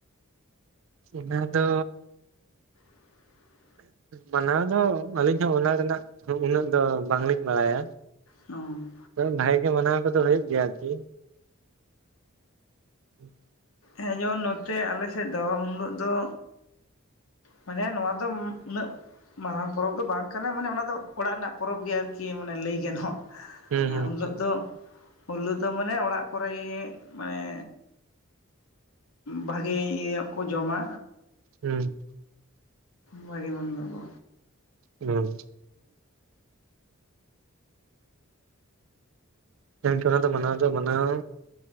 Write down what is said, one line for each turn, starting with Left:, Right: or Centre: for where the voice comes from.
Right: ᱤᱱᱟᱹ ᱫᱚ
Left: <inaudible>
Right: ᱢᱟᱱᱟᱣ ᱫᱚ ᱟᱞᱤᱧ ᱦᱚᱸ ᱚᱱᱟ ᱨᱮᱱᱟᱜ ᱩᱱᱟᱹᱜ ᱫᱚ ᱵᱟᱝᱞᱤᱧ ᱵᱟᱲᱟᱭᱟ
Left: ᱦᱩᱸ
Right: ᱵᱷᱟᱜᱤ ᱜᱮ ᱢᱟᱱᱟᱣ ᱠᱚᱫᱚ ᱦᱳᱭᱳᱜ ᱜᱮᱭᱟ ᱟᱨᱠᱤ <inaudible>
Left: ᱦᱮᱸ ᱡᱮᱢᱚᱱ ᱱᱚᱛᱮ ᱟᱞᱮᱥᱮᱫ ᱫᱚ ᱩᱱ ᱦᱤᱞᱳᱜ ᱫᱚ ᱢᱟᱱᱮ ᱱᱚᱣᱟ ᱫᱚ ᱩᱱᱟᱹᱜᱼᱼ ᱢᱟᱨᱟᱝ ᱯᱚᱨᱚᱵ ᱫᱚ ᱵᱟᱝ ᱠᱟᱱᱟ ᱢᱟᱱᱮ ᱚᱱᱟ ᱫᱚ ᱚᱲᱟᱜ ᱨᱮᱱᱟᱜ ᱯᱚᱨᱚᱵ ᱜᱮ ᱟᱨ ᱠᱤ ᱢᱟᱱᱮ ᱞᱟᱹᱭ ᱜᱟᱱᱚᱜᱼᱟ
Right: ᱦᱩᱸ ᱦᱩᱸ
Left: ᱩᱱᱦᱤᱞᱚᱜ ᱫᱚ ᱩᱱᱦᱤᱞᱚᱜ ᱫᱚ ᱢᱟᱱᱮ ᱚᱲᱟᱜ ᱠᱚᱨᱮ ᱜᱮ ᱢᱟᱱᱮ ᱵᱷᱟᱜᱮ ᱤᱭᱟ. ᱧᱚᱜ ᱠᱚ ᱡᱚᱢᱟ
Right: ᱦᱩᱸ
Left: ᱵᱷᱟᱜᱮ ᱢᱚᱱᱫᱚ ᱠᱚ
Right: ᱦᱩᱸ <inaudible> ᱚᱱᱟ ᱫᱚ ᱢᱟᱱᱟᱣ ᱫᱚ ᱢᱟᱱᱟᱣ